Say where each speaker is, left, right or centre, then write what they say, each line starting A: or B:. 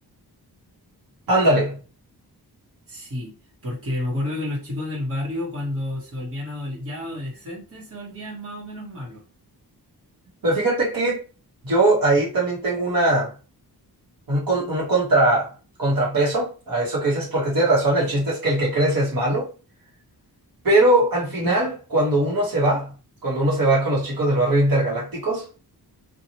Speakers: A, on the right; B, on the right.
A: Ándale,
B: Sí, porque me acuerdo que los chicos del barrio cuando se volvían adole- ya adolescentes se volvían más o menos malos.
A: pero fíjate que yo ahí también tengo una. Un, con- un contra, contrapeso a eso que dices, porque tienes razón, el chiste es que el que crece es malo, pero al final, cuando uno se va, cuando uno se va con los chicos del barrio intergalácticos,